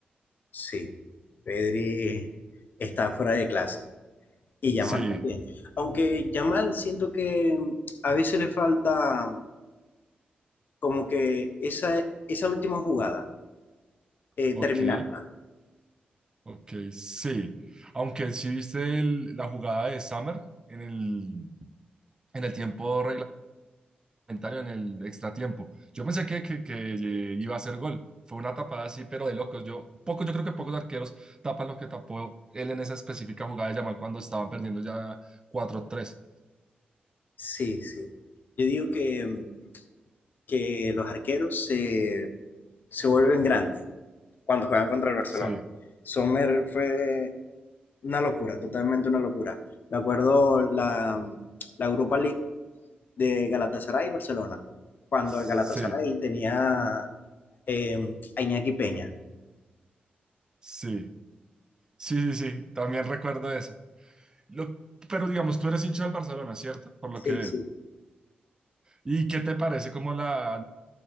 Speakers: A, on the left; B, on the right.
A: Sí. Pedri está fuera de clase. Y Yamal
B: Sí,
A: también. Aunque Yamal siento que a veces le falta como que esa, esa última jugada, eh,
B: ok,
A: terminarla.
B: ok, sí. Aunque sí viste el- la jugada de Summer en el, en el tiempo comentario en el extratiempo. Yo pensé que, que, que, eh, iba a hacer gol. Fue una tapada así, pero de locos. Yo, poco, yo creo que pocos arqueros tapan lo que tapó él en esa específica jugada de Yamal cuando estaban perdiendo ya cuatro tres.
A: Sí, sí. Yo digo que, que los arqueros se, se vuelven grandes cuando juegan contra el Barcelona.
B: Sí,
A: Sommer fue una locura, totalmente una locura. Me acuerdo la, la Europa League de Galatasaray y Barcelona, cuando
B: sí,
A: el Galatasaray tenía eh, a Iñaki Peña.
B: sí, sí, sí, sí. También recuerdo eso. Lo, pero digamos, tú eres hincha del Barcelona, ¿cierto? Por lo
A: Sí,
B: que veo.
A: sí.
B: ¿Y qué te parece como la